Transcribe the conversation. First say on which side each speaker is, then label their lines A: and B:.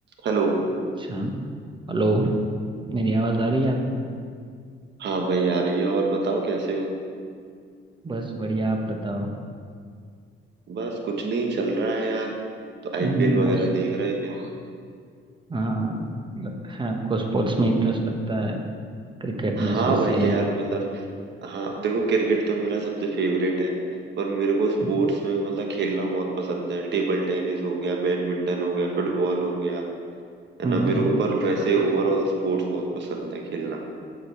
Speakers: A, on the right; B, on the right.
A: Hello
B: अच्छा हेलो मेरी आवाज़ आ रही है आपको
A: हाँ भाई आ रही है और बताओ कैसे हो
B: बस बढ़िया आप बताओ
A: बस कुछ नहीं चल रहा है यार तो आईपीएल
B: हम्म,
A: वगैरह
B: और
A: देख रहे थे
B: हाँ लगता है आपको स्पोर्ट्स में इंटरेस्ट लगता है क्रिकेट
A: हाँ
B: में स्पेशली
A: भाई यार मतलब हाँ देखो क्रिकेट तो मेरा सबसे फेवरेट है पर मेरे को स्पोर्ट्स
B: हम्म
A: में मतलब खेलना बहुत पसंद है टेबल टेनिस हो गया बैडमिंटन हो गया फुटबॉल हो गया है
B: हम्म,
A: ना मेरे को पर वैसे ओवरऑल स्पोर्ट्स बहुत पसंद है खेलना